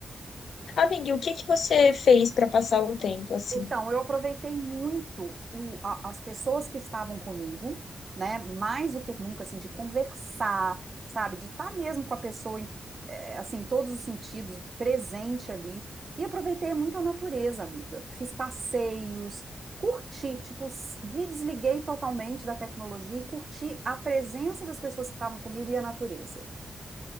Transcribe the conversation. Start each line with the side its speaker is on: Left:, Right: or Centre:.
Left: Amiga, e o que que você fez para passar o tempo assim?
Right: Então, eu aproveitei muito o- a- as pessoas que estavam comigo, né? Mais do que nunca, assim, de conversar, sabe? De estar mesmo com a pessoa, em, eh, assim, em todos os sentidos, presente ali. E aproveitei muito a natureza, amiga. Fiz passeios, curti, tipo, s- me desliguei totalmente da tecnologia e curti a presença das pessoas que estavam comigo e a natureza.